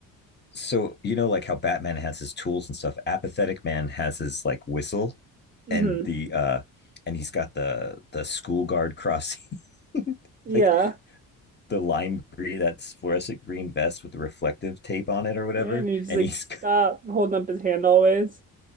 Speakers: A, on the left (about 25°); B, on the right (about 25°).
A: so you know like how batman has his tools and stuff apathetic man has his like whistle
B: hmm
A: and the uh and he's got the the school guard crossing <laughs>
B: Yeah.
A: like the lime green that's fluorescent green vest with the reflective tape on it or whatever
B: Yeah. And he's just
A: and
B: like,
A: he's
B: stop holding up his hand always.